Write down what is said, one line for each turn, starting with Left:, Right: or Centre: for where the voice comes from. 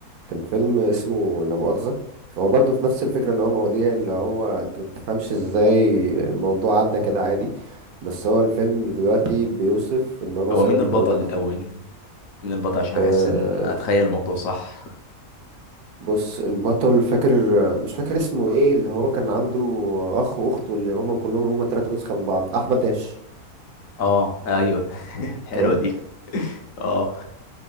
Right: كان فيلم اسمه لا مؤاخذة هو برضه في نفس الفكرة اللي هو مواضيع اللي هو انت ما بتفهمش ازاي الموضوع عدى كده عادي بس هو الفيلم دلوقتي بيوصف ان هو مثلا
Left: هو مين البطل
Right: دلوقتي
Left: الاول مين البطل عشان
Right: آه
Left: احس ان اتخيل الموضوع صح
Right: بص البطل فاكر مش فاكر اسمه ايه اللي هو كان عنده اخ واخت واللي هما كلهم هما تلاتة نسخة من بعض احمد داش
Left: اه ايوه <laughs> حلوه
Right: تمام
Left: دي اه